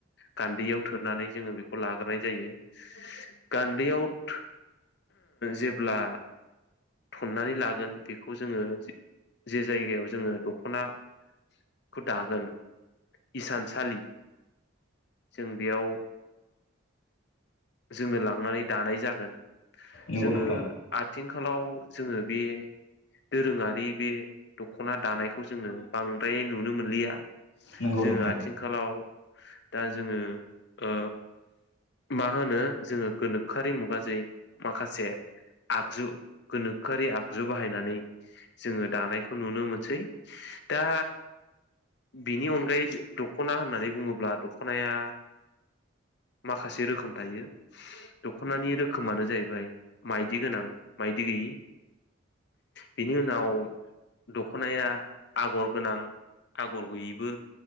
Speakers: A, on the left; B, on the left.
A: गान्दैयाव थोरनानै जोंङो बेखौ लाग्रोनाय जायो गान्दैयाव थो जेब्ला थननानै लागोन बेखौ जोङो जे जायगायाव जोङो दख'नाखौ दागोन इसानसालि जों बेयाव जोङो लांनानै दानाय जागोन
B: नंगौ
A: जोङो
B: नोंथां
A: आ थिंखालाव जोङो बे दोरोङारि बे दख'ना दानायखौ जोङो बांद्राय नुनो मोनलिया।
B: नंगौ
A: जोङो
B: नोंथां
A: आथिखालाव दा जोङो ओ मा मा होनो जोङो गोनोखोआरि मुगाजे माखासे आगजु गोनोखोआरि आगजु बाहायनानै जोङो दानायखौ नुनो मोनसै दा बिनि अनगायै दख'ना होननानै बुङोब्ला दख'नाया माखासे रोखोम दायो दख'नानि रोखोमानो जाहैबाय माइदि गोनां माइदि गैयि। बिनि उनाव दख'नाया आगर गोनां आगर गैयैबो